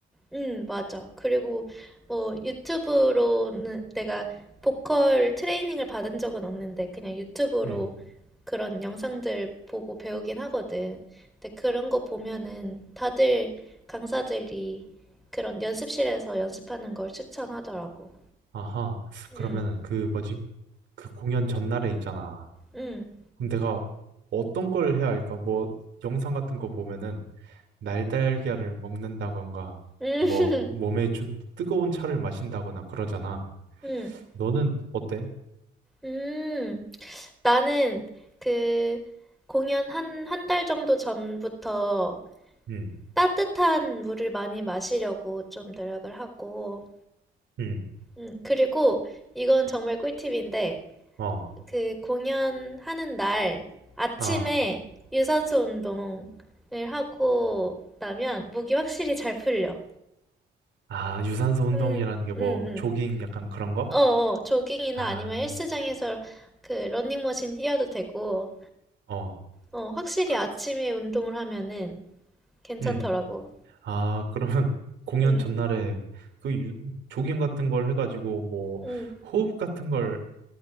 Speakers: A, in the centre; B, on the right (about 65°).
A: 음, 맞아. 그리고 뭐 유튜브로는 내가 보컬 트레이닝을 받은 적은 없는데 그냥 유튜브로
B: 음,
A: 그런 영상들 보고 배우긴 하거든. 근데 그런 거 보면은 다들 강사들이 그런 연습실에서 연습하는 걸 추천하더라고.
B: 아하.
A: 음,
B: 그러면은 그 뭐지? 그 공연 전날에 있잖아.
A: 음,
B: 그럼 내가 어떤 걸 해야 할까? 뭐 영상 같은 거 보면은 날달걀을 먹는다던가
A: 음,
B: 뭐 몸에 좀 뜨거운 차를 마신다거나 그러잖아.
A: <laughs> 음,
B: 너는 어때?
A: 음. 나는 그 공연 한, 한 달 정도 전부터
B: 응,
A: 따뜻한 물을 많이 마시려고 좀 노력을 하고,
B: 응,
A: 음, 그리고 이건 정말 꿀팁인데,
B: 어,
A: 그 공연하는 날 아침에
B: 아,
A: 유산소 운동을 하고 나면 목이 확실히 잘 풀려.
B: 아, 유산소 운동이라는
A: 음,
B: 게
A: 음,
B: 뭐
A: 음.
B: 조깅 약간 그런 거?
A: 어, 어, 조깅이나
B: 아,
A: 아니면 헬스장에서 그 러닝머신 뛰어도 되고,
B: 어,
A: 어, 확실히
B: 그,
A: 아침에
B: 그,
A: 운동을 하면은 괜찮더라고.
B: 응, 아, 그러면 <laughs> 공연
A: 음,
B: 전날에 그 유- 조깅 같은 걸 해가지고 뭐
A: 음,
B: 호흡 같은 걸